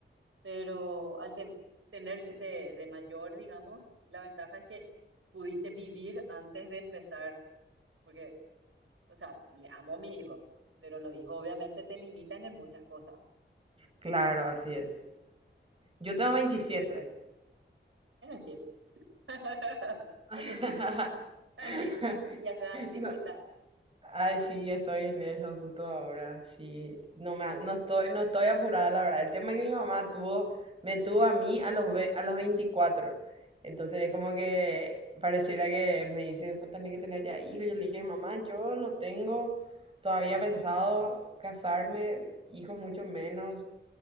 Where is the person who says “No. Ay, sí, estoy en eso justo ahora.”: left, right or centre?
Right